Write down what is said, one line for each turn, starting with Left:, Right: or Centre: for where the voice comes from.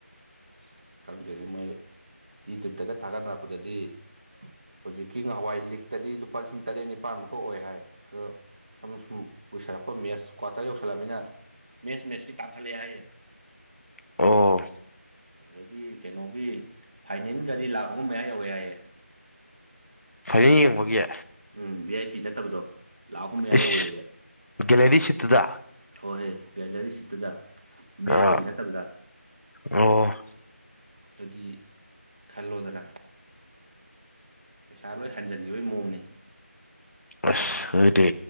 Right: ꯑꯁ ꯈꯪꯗꯦꯅꯦ ꯃꯣꯏ ꯌꯨꯇ꯭ꯕꯇꯒ ꯊꯥꯒꯠꯅꯔꯛꯄꯗꯗꯤ ꯍꯧꯖꯤꯛꯀꯤ ꯉꯍꯋꯥꯏ ꯂꯤꯛꯇꯗꯤ ꯂꯨꯄꯥ ꯂꯤꯁꯤꯡ ꯇꯔꯦꯠ ꯅꯤꯄꯥꯜꯃꯨꯛ ꯑꯣꯏ ꯍꯥꯏ ꯑꯗꯣ ꯁꯨꯝ ꯁꯨꯝ ꯎꯏꯁꯜꯂꯛꯄ ꯃꯦꯠꯁ ꯀ꯭ꯋꯥꯇꯔ ꯌꯧꯁꯜꯂꯂꯝꯃꯤꯅ ꯃꯦꯠꯁ ꯃꯦꯠꯁꯀꯤ ꯇꯥꯡꯈꯠꯂꯛꯑꯦ ꯍꯥꯏꯌꯦ
Left: ꯑꯣ
Right: ꯑꯗꯒꯤ ꯀꯩꯅꯣꯒꯤ ꯐꯥꯏꯅꯦꯟ ꯒꯥꯗꯤ ꯂꯥꯛ ꯑꯍꯨꯝ ꯃꯌꯥ ꯌꯧꯋꯦ ꯍꯥꯏꯌꯦ
Left: ꯐꯥꯏꯅꯦꯟ ꯌꯦꯡꯕꯒꯤ
Right: ꯎꯝ ꯚꯤ ꯑꯥꯏ ꯄꯤ ꯅꯠꯇꯕꯗꯣ ꯂꯥꯛ ꯑꯍꯨꯝ ꯃꯌꯥ
Left: ꯏꯁ
Right: ꯌꯧꯋꯦ
Left: ꯒꯦꯂꯔꯤ ꯁꯤꯠꯇꯨꯗ
Right: ꯍꯣꯏꯍꯣꯏ ꯒꯦꯂꯔꯤ ꯁꯤꯠꯇꯨꯗ ꯚꯤ ꯑꯥꯏ
Left: ꯑ
Right: ꯄꯤꯒꯤ ꯅꯠꯇꯕꯗ
Left: ꯑꯣ
Right: ꯑꯗꯨꯗꯤ ꯈꯜꯂꯣꯗꯅ ꯄꯩꯁꯥ ꯂꯣꯏ ꯍꯟꯖꯤꯟꯈꯤꯕꯒꯤ ꯃꯑꯣꯡꯅꯤ
Left: ꯑꯁ ꯈꯪꯗꯦ